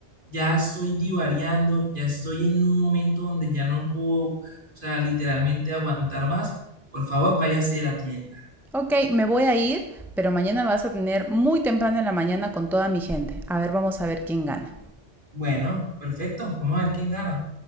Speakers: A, on the right (about 50°); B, in the centre.
A: Ya estoy divariando, ya estoy en un momento donde ya no puedo, o sea, literalmente aguantar más. Por favor, váyase a la tienda.
B: Ok, me voy a ir, pero mañana vas a tener muy temprano en la mañana con toda mi gente. A ver, vamos a ver quién gana.
A: Bueno, perfecto. Vamos a ver quién gana.